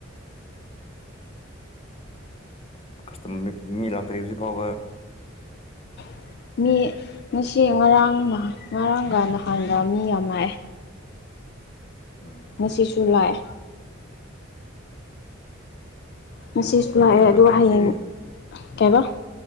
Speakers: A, on the left; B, on the left.
A: ꯀꯁꯇꯝ ꯃꯤ ꯂꯥꯛꯇ꯭ꯔꯤ ꯍꯧꯖꯤꯛ ꯐꯥꯎꯕ
B: <inaudible> ꯃꯤ ꯉꯁꯤ ꯉꯔꯥꯡ ꯉꯔꯥꯡꯒ ꯅꯍꯥꯟꯒ ꯃꯤ ꯌꯥꯝ ꯂꯥꯛꯑꯦ
A: ꯎꯝ
B: ꯉꯁꯤꯁꯨ ꯂꯥꯛꯑꯦ ꯉꯁꯤꯁꯨ
A: ꯃꯤ
B: ꯂꯥꯛꯑꯦ
A: ꯀꯌꯥꯝ
B: ꯑꯗꯨꯒ
A: ꯂꯥꯛꯀꯦ ꯉꯁꯤꯗꯤ
B: ꯍꯌꯦꯡ ꯀꯩꯕ